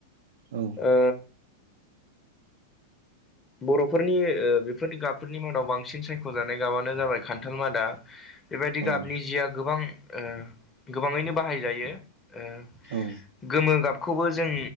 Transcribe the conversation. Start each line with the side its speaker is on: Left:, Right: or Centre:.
Right: औ
Left: ओ बर'फोरनि ओ बेफोरनि गाबफोरनि मादाव बांसिन सायख'जानाय गाबानो जाबाय खान्थाल मादा बेबायदि
Right: औ
Left: गाबनि जिया गोबां ओ गोबाङैनो बाहाय जायो ओ
Right: औ
Left: गोमो गाबखौबो जों